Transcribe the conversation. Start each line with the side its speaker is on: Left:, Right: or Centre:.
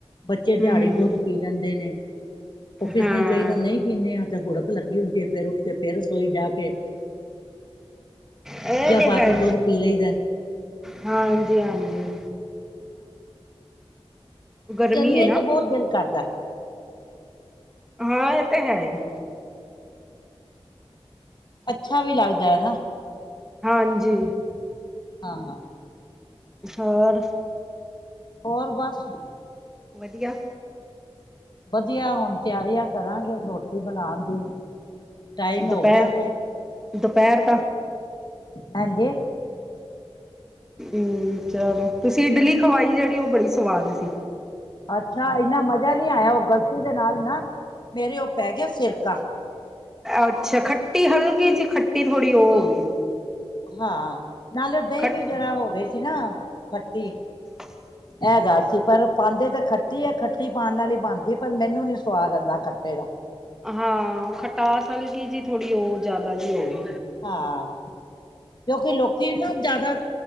Left: ਬੱਚੇ, ਦਿਹਾੜੀ
Centre: ਹਮ
Left: ਦੁੱਧ ਪੀ ਲੈਂਦੇ ਨੇ। ਉਹ ਕਿਸੇ
Centre: ਹਾਂ
Left: ਦਿਨ, ਕਈ ਦਿਨ ਨਹੀਂ ਪੀਂਦੇ ਆ, ਤੇ ਹੁੜਕ ਲੱਗੀ ਹੁੰਦੀ ਫੇਰ, ਉੱਠਕੇ ਫਿਰ ਰਸੋਈ ਜਾਕੇ
Centre: ਇਹ, ਤੇ
Left: ਪਾ
Centre: ਹੈ।
Left: ਕੇ ਦੁੱਧ ਪੀ ਲਈਦਾ
Centre: ਹਾਂਜੀ-ਹਾਂਜੀ। ਗਰਮੀ
Left: ਗਰਮੀਆਂ'ਚ
Centre: ਹੈ ਨਾ
Left: ਤੇ ਬਹੁਤ ਦਿਲ ਕਰਦਾ।
Centre: ਹਾਂ, ਇਹ ਤਾ ਹੈਹੀ।
Left: ਅੱਛਾ ਵੀ ਲੱਗਦਾ, ਹੈਨਾ।
Centre: ਹਾਂਜੀ।
Left: ਹਾਂ-ਹਾਂ।
Centre: ਹੋਰ?
Left: ਹੋਰ ਬਸ
Centre: ਵਧੀਆ।
Left: ਵਧੀਆ ਹੁਣ ਤਿਆਰੀਆਂ ਕਰਾਂਗੇ, ਰ੍ਹੋਟੀ ਬਣਾਣ ਦੀ। ਟਾਇਮ
Centre: ਦੁਪਹਿਰ
Left: ਹੋਗਿਆ ਵੇ?
Centre: ਦੁਪਹਿਰ
Left: ਹਾਂਜੀ?
Centre: ਹੂੰ, ਚਲੋ ਤੁਸੀਂ ਇਡਲੀ ਖਵਾਈ ਜਿਹੜੀ ਉਹ ਬੜੀ ਸਵਾਦ ਸੀ।
Left: ਅੱਛਾ, ਇੰਨਾ ਮਜ਼ਾ ਨਹੀਂ ਆਇਆ ਉਹ ਗ਼ਲਤੀ ਦੇ ਨਾਲ ਨਾ, ਮੇਰੇ ਓਹ ਪੈਗਿਆ ਸਿਰਕਾ।
Centre: ਅੱਛਾ, ਖੱਟੀ, ਹਲਕੀ ਜੀ ਖੱਟੀ, ਥੋੜੀ ਓਹ ਹੋ ਗਈ।
Left: ਹਾਂ, ਨਾਲੇ ਦਹੀਂ
Centre: ਖਟ
Left: ਵੀ ਜਰਾ ਹੋਗੀ ਸੀ ਨਾ, ਖੱਟੀ‌।
Centre: <inaudible>
Left: ਐ ਗੱਲ ਸੀ, ਪਰ ਪਾਂਦੇ ਤਾਂ ਖੱਟੀ ਹੈ, ਖੱਟੀ ਪਾਣ ਨਾਲ ਹੀ ਬਣਦੀ ਏ, ਪਰ ਮੈਨੂੰ ਨੀ ਸਵਾਦ ਆਉਂਦਾ ਖੱਟੇ ਦਾ।
Centre: ਹਾਂ, ਖੱਟਾਸ ਹਲਕੀ ਜੀ ਥੋੜੀ, ਉਹ ਜਿਆਦਾ ਜੀ ਹੋਗੀ।
Left: ਹਾਂ। ਕਿਉਂਕਿ ਲੋਕੀ ਨਾ ਜ਼ਿਆਦਾ,